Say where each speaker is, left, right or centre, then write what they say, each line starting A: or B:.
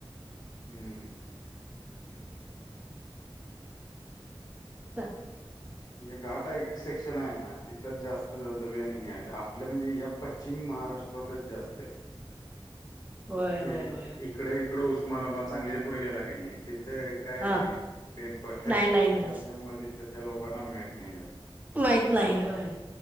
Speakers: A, on the left; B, on the right.
A: हम्म.
B: ह
A: हे घाटा एक सेक्शन आहे ना तिथंच जास्त धबधब्य आणि हे आहेत आपल्या म्हणजे ह्या पश्चिम महाराष्ट्रातच जास्त आहेत
B: होय
A: हे
B: होय होय
A: इकडे इकड उस्मानाबाद चांगली पुढे गेला क नाही तिथं काय
B: हा
A: नाही प्लेन पट हे
B: नाही नाही नाही
A: असल्यामुळे तिथ त्या लोकांना मिळत नाही जास्त
B: माहीत नाही होय